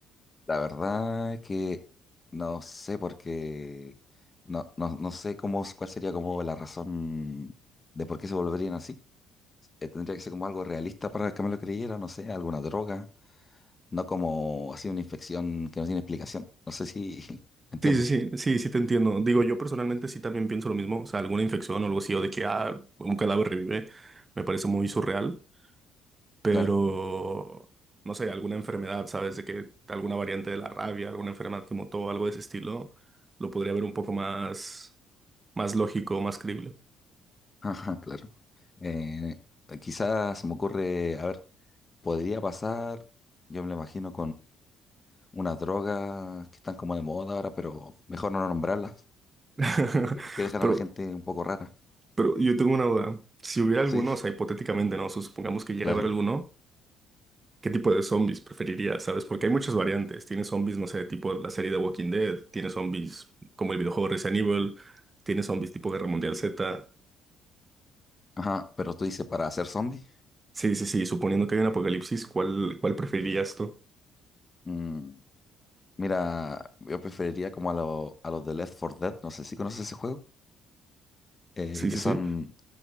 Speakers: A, on the left; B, on the right.
A: la verdad que no sé por qué, no, no, no sé cómo, cuál sería como la razón de por qué se volverían así. Eh, tendría que ser como algo realista para que me lo creyera, no sé, alguna droga, no como así una infección que no tiene explicación. No sé si <laughs> me entiende.
B: Sí, sí, sí, sí, sí te entiendo. Digo, yo personalmente sí también pienso lo mismo, o sea, alguna infección o algo así, o de que ah, un cadáver revive, me parece muy surreal. pero
A: Claro,
B: no sé, alguna enfermedad, ¿sabes? De que alguna variante de la rabia, alguna enfermedad como todo algo de ese estilo, lo podría ver un poco más, más lógico, más creíble.
A: ajá, claro. Eh, quizás se me ocurre, a ver, podría pasar, yo me lo imagino unas drogas que están como de moda ahora, pero mejor no nombrarlas,
B: <laughs>
A: que, que dejan
B: Pero,
A: a la gente un poco rara.
B: pero yo tengo una duda. Si hubiera alguno,
A: Sí,
B: o sea, hipotéticamente, ¿no? Supongamos que llega
A: claro.
B: a haber alguno, ¿qué tipo de zombies preferirías, ¿sabes? Porque hay muchas variantes. Tienes zombies, no sé, tipo la serie de Walking Dead, tienes zombies como el videojuego Resident Evil, tienes zombies tipo Guerra Mundial Z.
A: Ajá, pero tú dices para hacer zombie
B: Sí, sí, sí, suponiendo que hay un apocalipsis, ¿cuál, cuál preferirías tú?
A: Mm, mira, yo preferiría como a, lo- a los de Left 4 Dead, no sé si conoces ese juego, eh,
B: Sí,
A: que
B: sí,
A: son,
B: sí.